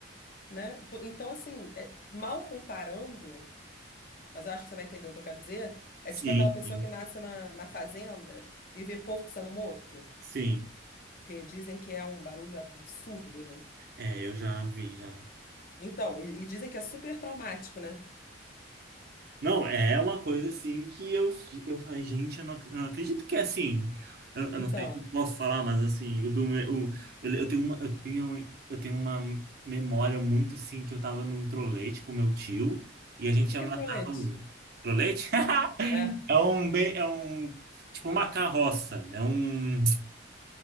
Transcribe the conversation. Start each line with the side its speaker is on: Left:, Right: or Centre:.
Left: né? Po- Então, assim, é- mal comparando, mas eu acho que você vai entender o que eu quero dizer, é
Right: sim,
Left: tipo aquela pessoa
Right: sim.
Left: que nasce na, na fazenda e vê porco sendo morto,
Right: Sim.
Left: que dizem que é um barulho absurdo, né?
Right: É, eu já vi, já.
Left: Então, e, e dizem que é super traumático, né?
Right: Não, é uma coisa assim que eu, fi- eu falei, gente, eu não, ac- eu não acredito que é assim. Eu, eu
Left: Então,
Right: não sei se eu posso falar, mas assim, eu, do, eu, eu, eu tenho uma, eu tenho, eu tenho uma memória muito assim que eu tava num trolete com meu tio e a gente
Left: fica
Right: ia matar
Left: que que é trolete?
Right: um trolete? <laughs>
Left: É,
Right: É um bem, é um tipo uma carroça, é um